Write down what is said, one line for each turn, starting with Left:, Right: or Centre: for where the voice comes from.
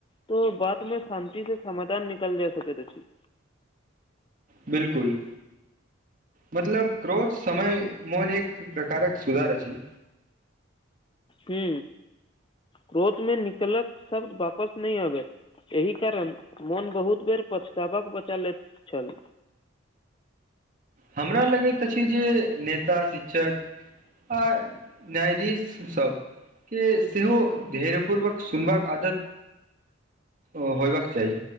Left: तऽ बात में शान्ति से समाधान निकल जा सकेत अछि
Right: बिलकुल मतलब क्रोज समय मन एक प्रकारक सुधार अछि
Left: ह क्रोध मे निकलत शब्द वापस नहि आबै एहि कारण मोन बहुत बेर पछतावक बचा लैत छल
Right: हमरा लगैत अछि जे नेता शिक्षक आ न्यायधीश सब के सेहो धैर्य पूर्वक सुनबाक आदत ओ होयबाक चाही